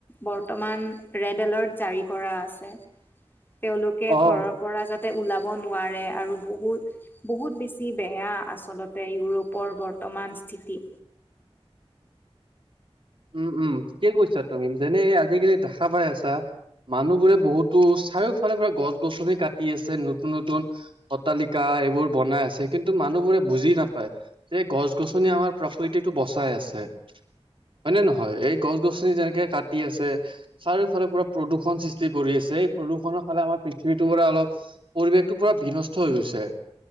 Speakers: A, on the left; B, on the right.
A: বৰ্তমান, ৰেড এলাৰ্ট জাৰি কৰা আছে, তেওঁলোকে
B: অ
A: ঘৰৰ পৰা যাতে ওলাব নোৱাৰে আৰু বহুত বহুত বেছি বেয়া আচলতে, ইউৰোপৰ বৰ্তমান স্থিতি।
B: উম উম থিকেই কৈছা তুমি যেনে আজিকালি দেখা পাই আছা মানুহবোৰে বহুতো, চাৰিওফালৰ পৰা গছ গছনি কাটি আছে নতুন নতুন অট্টালিকা এইবোৰ বনাই আছে, কিন্তু মানুহ বোৰে বুজি নাপায়। যে গছ-গছনিয়ে আমাৰ প্ৰকৃতিটো বচাই আছে। হয়নে নহয়, এই গছ-গছনি যেনেকে কাটি আছে চাৰিওফালে পুৰা প্ৰদূষণ সৃষ্টি কৰি আছে, এই প্ৰদূষণৰ ফালত আমাৰ পৃথিৱীটোৰ পৰা অলপ পৰিৱেশটো পুৰা বিনষ্ট হৈ গৈছে।